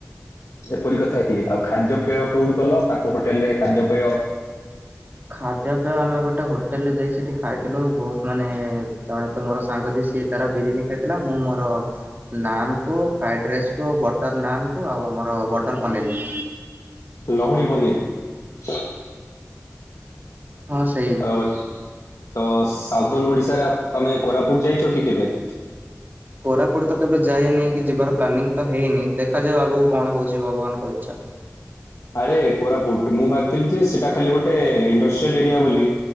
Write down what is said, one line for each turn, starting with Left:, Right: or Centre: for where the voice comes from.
Left: ଏପରି କଥା କି? ଆଉ ଖାଦ୍ୟପେୟ କୋଉଠି କଲ? ତାଙ୍କ ହୋଟେଲ ରେ ଖାଦ୍ୟପେୟ
Right: ଖାଦ୍ୟପେୟ, ଆମେ ଗୋଟେ ହୋଟେଲରେ ଯାଇକି ସେଠି ଖାଇଥିଲୁ। ବହୁତ ମାନେ ଜଣେ ତ ମୋର ସାଙ୍ଗ ଯିଏ ସିଏ ତାର ବିରିୟାନୀ ଖାଇଥିଲା। ମୁଁ ମୋ ର ନାନ କୁ, ଫ୍ରାଇଡ ରାଇସ୍ କୁ, ବଟର ନାନ କୁ ଆଉ ଆମର ବଟର ପନିର।
Left: ଲହୁଣୀ ପନିର।
Right: ହଁ ସେଇ।
Left: ଅ ତ ସାଉଦର୍ନ ଓଡିଶାରେ ଆପ ତମେ କୋରାପୁଟ ଯାଇଛ କି କେବେ?
Right: କୋରାପୁଟ ତ କେବେ ଯାଇନି। କି ଯିବାର ପ୍ଲାନିଂ ତ ହେଇନି। ଦେଖାଯାଉ ଆଗକୁ କଣ ହଉଛି ଭଗବାନଙ୍କ ଇଚ୍ଛା।
Left: ଆରେ କୋରାପୁଟ, ମୁଁ ଭାବିଥିଲି ଯେ ସେଇଟା ଖାଲି ଗୋଟେ ଇଣ୍ଡଷ୍ଟ୍ରିଆଲ ଏରିଆ ବୋଲି।